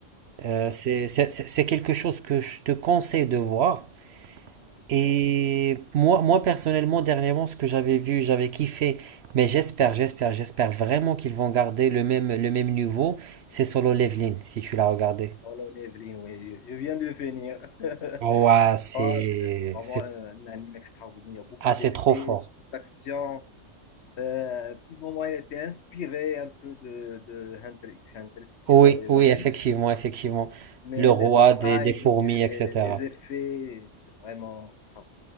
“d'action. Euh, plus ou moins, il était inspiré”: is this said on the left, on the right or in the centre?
Left